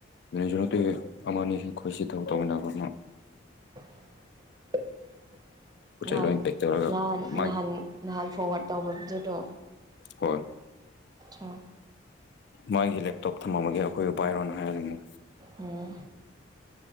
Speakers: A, on the left; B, on the right.
A: ꯃꯤꯁꯨꯅꯠꯇ ꯑꯃꯅꯤꯅꯤ ꯈꯣꯏꯁꯤ ꯇꯧ ꯇꯧꯕꯃꯤꯟꯅꯕ ꯑꯃ
B: ꯍ
A: ꯄꯣꯠ
B: ꯅꯍꯥꯟ
A: ꯆꯩ ꯂꯣꯏ ꯄꯦꯛ ꯇꯧꯔꯒ
B: ꯅꯍꯥꯟ
A: ꯃꯥꯏ
B: ꯅꯍꯥꯟ ꯅꯍꯥꯟ ꯐꯣꯔꯋꯥꯔꯗ ꯇꯧꯕꯗꯨꯗꯣ
A: ꯍꯣꯏ
B: ꯑ
A: ꯃꯥꯒꯤ ꯂꯦꯞꯇꯣꯞ ꯊꯝꯂꯝꯃꯒꯦ ꯑꯩꯈꯣꯏ ꯎ ꯄꯥꯏꯔꯣꯅ ꯍꯥꯏꯔꯤꯉ
B: ꯎꯝ